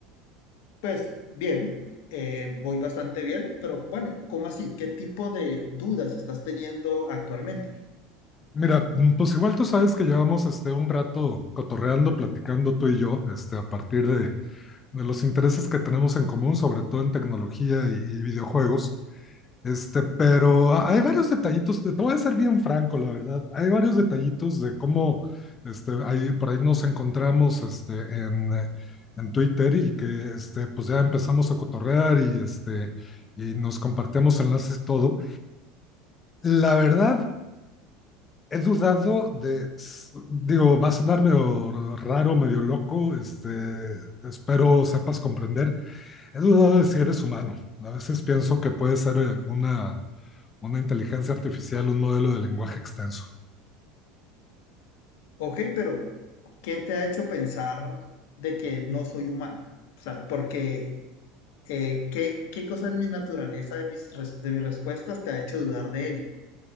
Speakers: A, on the left (about 75°); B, on the left (about 25°).
A: Pues bien, eh, voy bastante bien, pero bueno, ¿cómo así? ¿Qué tipo de dudas estás teniendo actualmente?
B: Mira, mm, pues igual tú sabes que llevamos este, un rato cotorreando, platicando tú y yo, este, a partir de, de los intereses que tenemos en común, sobre todo en tecnología y, y videojuegos. Este, pero hay varios detallitos, te te voy a ser bien franco, la verdad. Hay varios detallitos de cómo, este, ahí, por ahí nos encontramos, este, en, eh, en Twitter y que, este, pues ya empezamos a cotorrear y, este, y nos compartíamos enlaces y todo. La verdad, he dudado de, s- digo, va a sonar medio raro, medio loco, este, espero sepas comprender. He dudado de si eres humano. A veces pienso que puede ser eh, una una inteligencia artificial, un modelo de lenguaje extenso.
A: Ok, pero ¿qué te ha hecho pensar de que no soy humano? O sea, porque eh, ¿qué, qué cosa en mi naturaleza, de mis, res- de mis respuestas, te ha hecho dudar de ello?